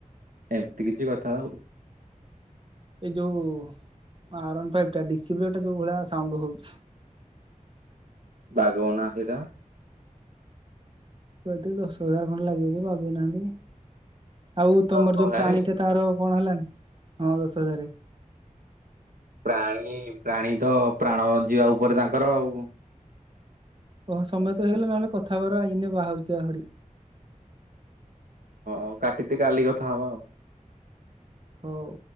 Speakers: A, on the right; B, on the right.
A: ଏମିତି କିଛି କଥା ଆଉ।
B: ଏଇ ଯୋଉ ଆର୍ ୱାନ ଫାଇପି ଟା ଡି ସି ଫିୟର ଟା ଯୋଉ ଭଳିଆ ଶାଉଁଣ୍ଡୁ ହଉଛି।
A: ବାଗ ଉନା ହନ୍ତି ହେଇଟା।
B: କୁ ଏତେ ଦଶ ହଜାର ଖଣ୍ଡ ଲାଗିବ ବାଗେଇ ନାହାନ୍ତି ଆଉ
A: ଦଶହରାରେ
B: ତମର ଯୋଉ ପ୍ରାଣୀଟା ତାର କଣ ହେଲାଣି ହଁ ଦଶ ହଜାରେ।
A: ପ୍ରାଣୀ ପ୍ରାଣୀ ତ ପ୍ରାଣ ଯିବା ଉପରେ ତାଙ୍କର ଆଉ।
B: ଓହୋ ସମୟ ତ ହେଇଗଲା ନହେଲେ କଥା ହବାର ଏଇନେ ବାହାରୁଛି ଆହୁରି।
A: ହଁ କାଟିିଦେ କାଲି କଥା ହବା ଆଉ।
B: ହଉ।